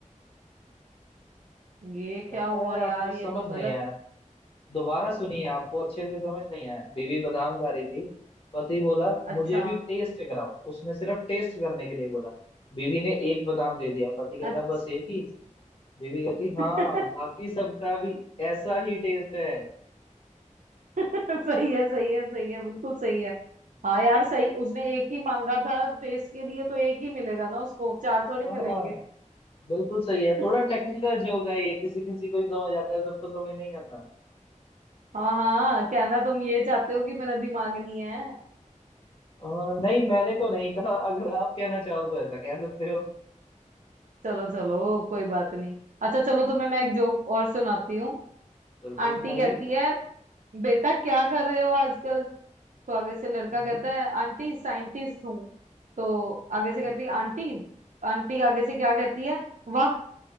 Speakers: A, on the right (about 70°); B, on the left (about 45°).
A: ये क्या
B: लगता
A: हुआ
B: है आपको
A: यार ये
B: समझ
A: तो गलत
B: नहीं आया दोबारा सुनिए आपको अच्छे से समझ नहीं आया बीवी बादाम खा रही थी पति बोला
A: अच्छा
B: मुझे भी टेस्ट कराओ उसने सिर्फ टेस्ट करने के लिए बोला बीवी ने एक बादाम दे दिया पति कहता
A: अच्छा
B: बस एक ही बीवी कहती
A: <laughs>
B: हाँ
A: सही
B: बाकी सबका भी ऐसा ही टेस्ट है
A: है सही है सही है बिल्कुल सही है हाँ यार सही उसने एक ही मांगा था टेस्ट के लिए तो एक ही मिलेगा ना उसको चार थोड़ी
B: हाँ
A: मिलेंगे
B: हाँ, बिल्कुल सही है
A: <laughs>
B: थोड़ा टेक्निकल जोक है ये किसी किसी को ही समझ आता है सबको समझ नहीं आता
A: हाँ हाँ कहना तुम ये चाहते हो कि मेरा दिमाग नहीं है
B: अ, नहीं मैंने तो नहीं कहा अगर आप कहना चाहो तो ऐसा कह सकते हो
A: चलो चलो कोई बात नहीं अच्छा चलो तुम्हें मैं एक जोक और सुनाती हूँ
B: बिल्कुल
A: आंटी
B: सुनाइए
A: कहती है बेटा क्या कर रहे हो आजकल तो आगे से लड़का
B: हम्म,
A: कहता है आंटी साइंटिस्ट हूँ तो आगे से
B: हम्म,
A: कहती है आंटी आंटी आगे से क्या कहती है वाह